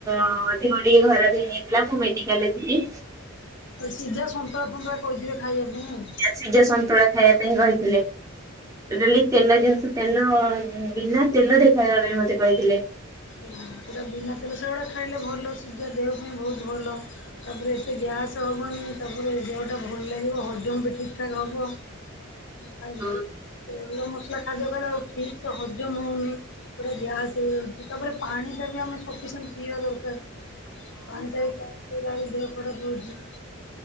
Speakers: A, on the right; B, on the left.
A: ଅଧିକ ଟିକେ ଖରାପ ହେଇଯାଇଥିଲା ମୁଁ ମେଡିକାଲରେ ଥିଲି
B: ସିଝା ସନ୍ତୁଳା ଫୁନ୍ତୁଳା କହିଥିବେ ଖାଇବା ପାଇଁ ଆଉ।
A: ସିଜା ସନ୍ତୁଳା ଖାଇବା ପାଇଁ କହିଥିଲେ ଟୋଟାଲି ତେଲ ଜିନିଷ ତେଲ ବିନା ତେଲରେ ଖାଇବା ପାଇଁ ମୋତେ କହିଥିଲେ।
B: ହଁ ପୁରା ବିନା ତେଲ ସେଗୁଡ଼ା ଖାଇଲେ ଭଲ ଶିଝା ଦେହ ପାଇଁ ବହୁତ ଭଲ। ତାପରେ ଏତେ ଗ୍ୟାସ ହବନି ତାପରେ ଦେହଟା ଭଲ ଲାଗିବ ହଜମ ବି ଠିକ ଠାକ୍ ହବ। <unintelligible> ଖାଇଲେ
A: ହଁ
B: ତେଲ ମସଲା ଖାଦ୍ୟ ଖାଇଲାଳୁକୁ ଆଉ ଠିକ୍ ସେ ହଜମ ହଉନି ପୁରା ଗ୍ୟାସ ହେଇଯାଉଛି। ଯେ ତାପରେ ପାଣିଟା ବି ଆମେ ସଫିସିଏଣ୍ଟ ପିଇବା ଦରକାର, ପାଣିଟା ବି <unintelligible> ସେ ପାଣି ଦେହ ଖରାପ ରଉଚି।